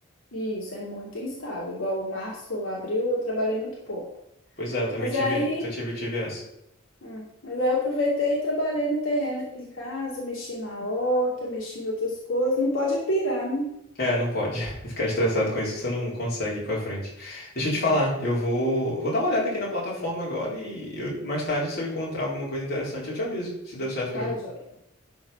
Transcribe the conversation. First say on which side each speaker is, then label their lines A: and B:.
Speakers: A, on the left; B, on the left.
A: E isso é muito instável. Igual março ou abril eu trabalhei muito pouco.
B: Pois é, eu também
A: Mas
B: tive,
A: aí
B: eu tive, tive essa.
A: É, Mas aí eu aproveitei e trabalhei no terreno aqui em casa, mexi na horta, mexi em outras coisas. Não pode pirar, né?
B: É, não pode. <laughs> Ficar estressado com isso, você não consegue ir pra frente. Deixa eu
A: Hum.
B: te falar, eu vou, eu vou dar uma olhada aqui na plataforma agora e eu- mais tarde, se eu encontrar alguma coisa interessante, eu te aviso, se deu certo
A: Tá,
B: pra mim.
A: joia.